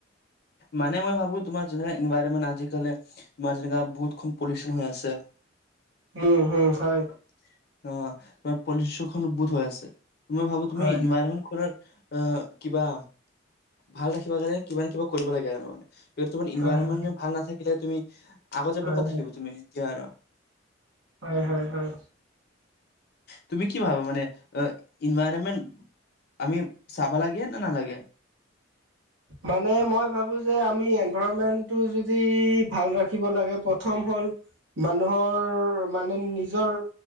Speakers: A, on the left (about 55°); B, on the right (about 80°).
A: মানে মই ভাবো তোমাৰ যেনেক এনভাইৰমেণ্ট আজিকালি তোমাৰ যেনেকা বহুতখন পলিউশন হৈ আছে।
B: উম, হম, হয়।
A: অ, তোমাৰ পলিউশনখন বহুত হৈ আছে তোমাৰ। মই ভাবো তুমি
B: হয়,
A: ইনভাইৰমেট খোলাৰ আহ, কিবা ভাল ৰাখিব কাৰণে কিবা নে কিবা কৰিব লাগে আৰু মানে। কি তোমাৰ ইনভাৰৰনমেণ্ট
B: হয়, হয়,
A: ভাল নাথাকিলে তুমি আগত যাব
B: হয়,
A: কৈ থাকিব
B: হয়,
A: তুমি এতিয়া আৰু।
B: হয়- হয়- হয়।
A: তুমি কি ভাব মানে, ইনভাইৰমেন্ত আমি চাবা লাগে না নালাগে?
B: মানে মই ভাবো যে, আমি এনভাইৰনমেন্টটো যদি ভাল ৰাখিব লাগে প্ৰথম হ'ল মানুহৰ মানে নিজৰ